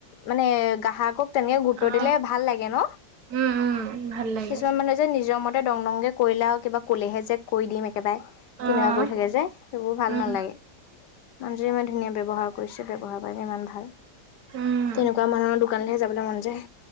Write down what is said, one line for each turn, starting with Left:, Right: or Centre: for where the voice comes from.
Left: মানে গ্ৰাহকক তেনেকে গুৰুত্ব
Right: অ',
Left: দিলে ভাল লাগে ন
Right: উম, উম, ভাল লাগে।
Left: ।কিছুমান মানুহ যে নিজৰ মত টা দং ডংগে কৰিলে আৰু কিবা ক'লেহে যে কৰি দিম। একেবাৰে, তেনেকুৱা
Right: অ',
Left: কৈ থাকে যে সেইবোৰ ভাল
Right: উম,
Left: নালাগে। মানুহ যে ইমান ধুনীয়া ব্যৱহাৰ কৰিছে ব্যৱহাৰ পাতি ইমান ভাল
Right: উম।
Left: ।তেনেকুৱা মানুহৰ দোকানলৈহে যাব যাবলে মন যায়।